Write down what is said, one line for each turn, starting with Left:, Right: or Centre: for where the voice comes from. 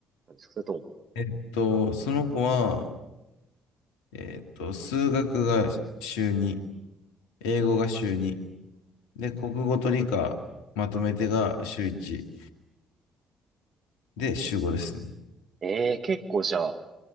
Right: 感じですかそれとも。
Left: えっと、その子は、えっと、数学が週2、英語が週2、で、国語と理科まとめてが週1、で、週5ですね。
Right: ええー結構じゃあ、